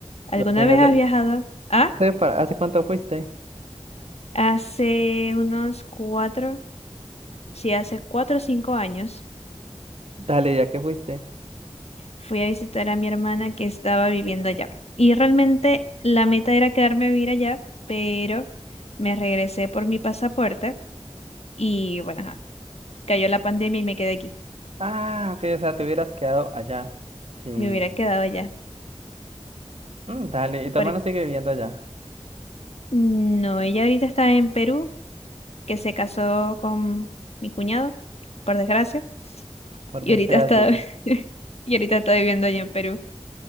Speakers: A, on the left; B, on the right.
A: ¿Alguna
B: Ok, Bien.
A: vez
B: ¿hace,
A: has viajado? Ah,
B: hace para- ¿hace cuánto fuiste?
A: hace unos cuatro, sí, hace cuatro o cinco años
B: Dale, ya que fuiste.
A: fui a visitar a mi hermana que estaba viviendo allá. Y realmente la meta era quedarme a vivir allá, pero me regresé por mi pasaporte y bueno. cayó la pandemia y me quedé aquí.
B: Ah, ok, o sea, te hubieras quedado allá. Sí. Mm,
A: Me hubiera quedado allá.
B: dale, y tu
A: Porque,
B: hermano sigue viviendo allá,
A: mm, no, ella ahorita está en Perú, que se casó con mi cuñado, por desgracia.
B: por
A: Y
B: desgracia.
A: ahorita está, <laughs> y ahorita está viviendo allá en Perú.